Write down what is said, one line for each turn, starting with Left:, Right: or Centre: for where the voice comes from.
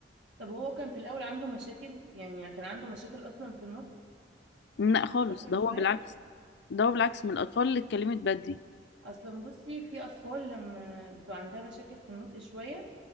Right: طب هو كان في الأول عنده مشاكل يعني كان عنده مشاكل أصلا في النطق
Left: لا
Right: كان
Left: خالص
Right: متأخر
Left: ده
Right: شوية
Left: هو بالعكس ده هو بالعكس من الاطفال اللي اتكلمت بدري
Right: أصلا بصي في أطفال لما بتبقى عندها مشاكل في النطق شوية